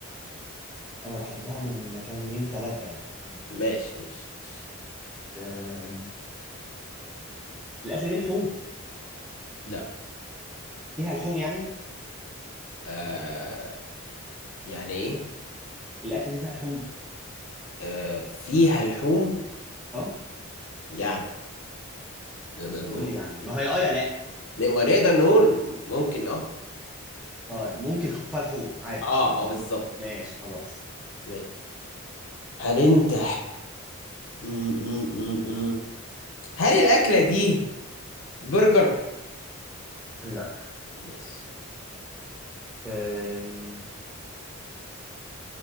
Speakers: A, in the centre; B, on the left.
A: أنا بحبها من مكان اتنين تلاتة يعني عادي
B: ماشي ماشي ماشي
A: آم، الأكلة دي لحوم
B: لا
A: فيها لحوم يعني
B: آه يعني ايه
A: الأكلة دي فيها لحوم
B: آه فيها لحوم
A: أه
B: يعني نقدر نقول
A: وإيه اللي يعني ما هي أه يا لأ
B: ما نقدر نقول ممكن اه
A: أه ممكن تحط فيها لحوم عادي
B: اه اه بالظبط
A: ماشي خلاص
B: ماشي هل انت م- م- م- م. هل الاكلة دي برجر
A: لا
B: ماشي
A: أم...